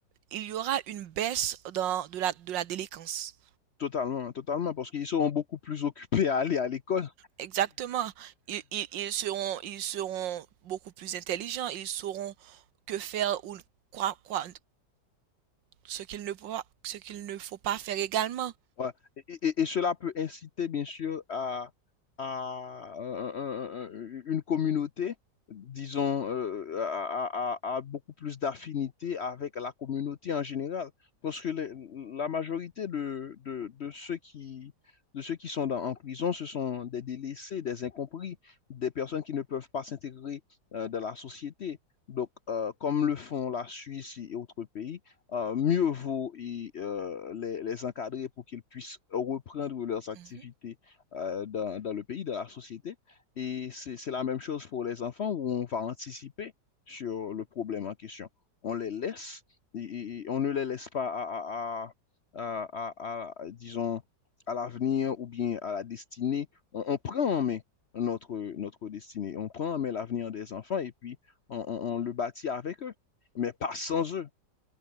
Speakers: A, on the right (about 80°); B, on the left (about 55°).
A: il y aura une baisse dans, de la, de la délinquance.
B: totalement, totalement, parce qu'ils seront beaucoup plus occupés à aller à l'école
A: Exactement. Ils, ils, ils seront, ils seront beaucoup plus intelligents. Ils sauront que faire ou quoi, quoi, ce qu'il ne faut pas, ce qu'il ne faut pas faire également.
B: Ouais. Et, et- et cela peut inciter, bien sûr, à, à un- un- un- une communauté, disons, euh, à, à- à- à beaucoup plus d'affinité avec la communauté en général. Parce que les- la majorité de, de, de ceux qui, de ceux qui sont dans- en prison, ce sont des délaissés, des incompris, des personnes qui ne peuvent pas s'intégrer euh, dans la société. Donc, euh, comme le font la Suisse et autres pays, euh, mieux vaut y, euh, les, les encadrer pour qu'ils puissent reprendre leurs activités
A: Mhm.
B: euh, dans, dans le pays, dans la société. Et c'est, c'est la même chose pour les enfants où on va anticiper sur le problème en question. On les laisse et, et- et on ne les laisse pas à, à- à- à- à- à- disons, à l'avenir ou bien à la destinée. On, on prend en main notre, notre destinée. On prend en main l'avenir des enfants et puis on, on on le bâtit avec eux, mais pas sans eux.